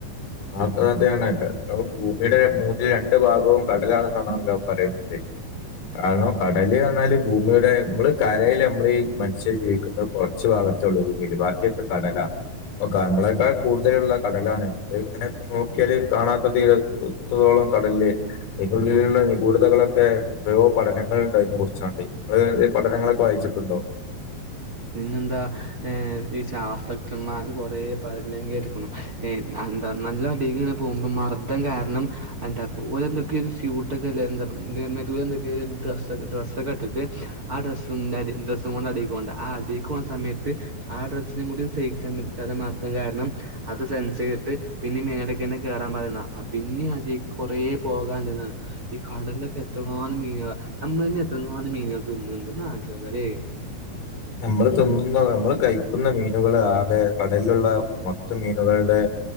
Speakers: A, on the left; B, on the right.
A: ആഹ് ഒക്കെ സത്യാണ് കാരണം ഭൂമിയുടെ മൂന്നിൽ രണ്ട് ഭാഗവും കടലാണ്ന്നാണല്ലോ പറയുന്നത്. കാരണം കടല് പർഞ്ഞാല് ഭൂമിയുടെ ഇമ്മള് കരേല് നമ്മളീ മനുഷ്യർ ജീവിക്കുന്നെത് കൊറച്ച് ഭാഗത്തെ ഇള്ളൂ ഭൂമിയില് ബാക്കിയൊക്കെ കടലാണ്. ഇപ്പോ ക നമ്മളേക്കാ കൂടുതലുള്ളെ കടലാണ് <unintelligible> അങ്ങനെ ഇപ്പോ നോക്കിയാല് കാണാത്ത തീരത്തോളം കടെല് അതിനുള്ളിലുള്ള നിഗൂഢതകളൊക്കെ എത്രയോ പഠനങ്ങള്ണ്ട് അയ്നെ കുറിച്ചാണ്ട്. ഇങ്ങെള് എന്തേ പഠനങ്ങളൊക്കെ വായിച്ചിട്ടുണ്ടോ?
B: പിന്നെന്താ ഏഹ് ഈ ശാസ്ത്രജ്ഞന്മാര് കൊറെ പറയും ഞാൻ കേട്ട്ക്കണു ഈ എന്താ നല്ല അടീക്കിങ്ങനെ പോകുമ്പോ മർദം കാരണം ആന്താ ഓലെന്തൊക്കെയോ ഒരു സ്യൂട്ടൊക്കെല്ലെ <unintelligible> എന്തൊക്കെയോ ഡ്രസെക്കെ ഡ്രസ്സൊക്കെ ഇട്ടിട്ട് ആ ഡ്രസ്സും അടി ഡ്രസ്സും കൊണ്ട് അടിക്കോണ്ടെ ആ അടീക്ക് പോണ സമയത്ത് ആ ഡ്രസ്സിനും കൂടി <unintelligible> ചെല മർദം കാരണം അത് സെൻസ് ചെയ്തിട്ട് പിന്നെ മേലെക്കെന്നെ കേറാൻ പറയുന്നാ പിന്നേം അടീക്ക് കൊറേ പോകാന്ണ്ട്ന്നാണ് ഈ കടലിലൊക്കെ എത്രങ്ങാനം മീനുകളാ നമ്മളെന്നെ എത്രങ്ങാനം മീനുകളെ തിന്ന്ണ്ട് ഒന്ന് ആലോയിച്ചോക്കാല്ലേ
A: നമ്മള് തിന്നുന്ന നമ്മള് കഴിക്കുന്ന മീനുകൾ ആകെ കടലിലുള്ള മൊത്തം മീനുകളുടെ